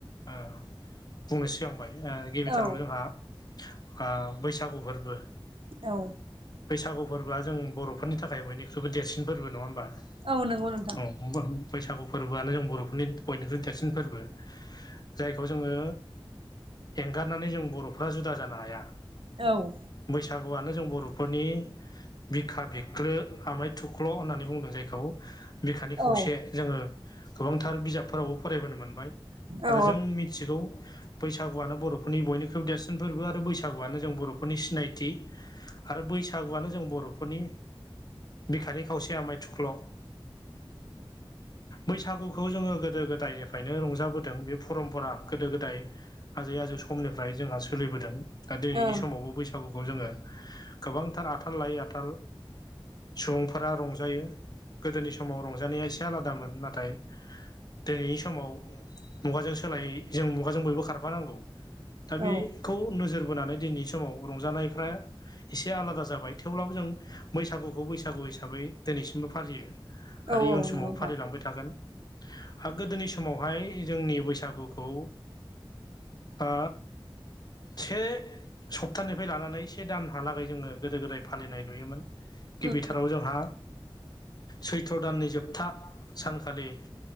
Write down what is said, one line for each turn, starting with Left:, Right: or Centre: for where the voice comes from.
Left: ओ बुंनो सिगांबाय ओ गिबिथारावनो
Right: औ
Left: जोंहा आ बैसागु फोरबो
Right: औ।
Left: बैसागु फोरबोआ जों बर'फोरनि थाखाय बयनिख्रुइबो देरसिन फोरबो नङा होमबा।
Right: औ नंगौ नोंथां।
Left: औ बैसागु फोरबोआनो जों बर'फोर बयनिख्रुइ देरसिन फोरबो जायखौ जोङो एंगारनानै जों बर'फ्रा जुदा जानो हाया
Right: औ
Left: बैसागुआनो जों बर'फोरनि बिखा बिख्लो आमाय थुख्ल' होननानै बुंदों जायखौ बिखानि खौसे
Right: औ
Left: जोङो गोबांथार बिजाबफोरावबो फरायबोनो मोनबाय आरो
Right: औ
Left: जों मिथिगौ बैसागुआनो बर'फोरनि बयनिख्रुइबो देरसिन फोरबो आरो बैसागुआनो जों बर'फोरनि सिनायथि आरो बैसागुआनो जों बर'फोरनि बिखानि खावसे आमाइ थुख्ल' हो बैसागुखौ जोङो गोदो गोदायनिफ्रायनो रंजाबोदों बे परमपरा गोदो गोदाय आजै आजौ समनिफ्राय जोंहा सोलिबोदों दा दिनैनि
Right: ओं
Left: समावबो बै गुखौ जोङो गोबांथार आथाल लायै आथाल सुबुंफोरा रंजायो गोदोनि समाव रंजानाया एसे आलादामोन ना थाय दिनैनि समाव मुगाजों सोलाय जों मुगाजों बयबो खारफानांगौ दा
Right: औ
Left: बे खौ नोजोर बोनानै दिनैनि समाव रंजानायफ्रा एसे आलादा जाबाय थेवब्लाबो जों बैसागुखौ बैसागु हिसाबै दिनैसिमबो फालियो।
Right: औ नंगौ
Left: आरो इयुन समाव
Right: नोंथां
Left: फालिलांबाय था थागोन हा गोदोनि समावहाय जोंनि बैसागुखौ आ से सप्तानिफ्राय लानानै से दानहालागै जोङो गोदो गोदाय फालिनाय नुयोमोन। गिबिथाराव
Right: उम
Left: जोंहा सैथ्र दाननि जोबथा सानखालि